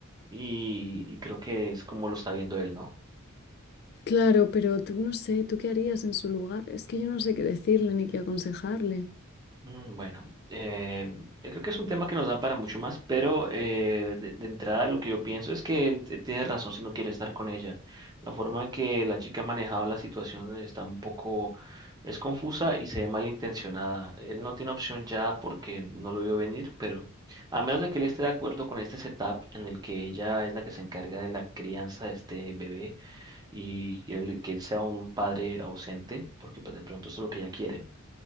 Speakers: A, on the right; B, on the left.
A: y, y creo que es como lo está viendo él, ¿no?
B: Claro, pero tú no sé, ¿tú qué harías en su lugar? Es que yo no sé qué decirle ni qué aconsejarle.
A: Mm, Bueno, eh, yo creo que es un tema que nos da para mucho más, pero eh, de, de entrada lo que yo pienso es que él, él tiene razón si no quiere estar con ella. La forma en que la chica ha manejado la situación está un poco, es confusa y se ve malintencionada. Él no tiene opción ya porque no lo vio venir, pero a menos de que él esté de acuerdo con este setup en el que ella es la que se encarga de la crianza de este bebé y él- que él sea un padre ausente, porque pues de pronto eso es lo que ella quiere.